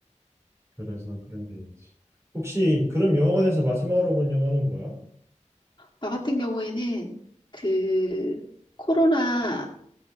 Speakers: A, on the right; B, on the left.
A: 영화별에서 그런 게 있지. 혹시 그럼 영화관에서 마지막으로 본 영화는 뭐야?
B: 나 같은 경우에는 그 코로나